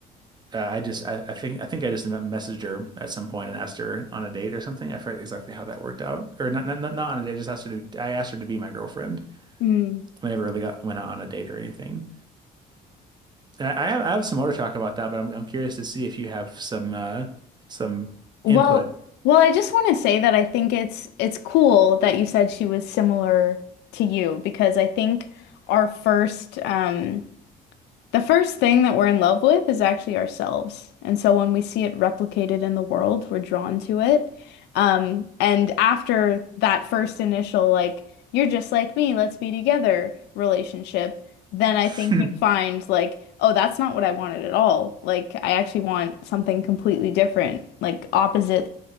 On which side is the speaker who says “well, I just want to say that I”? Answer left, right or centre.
Left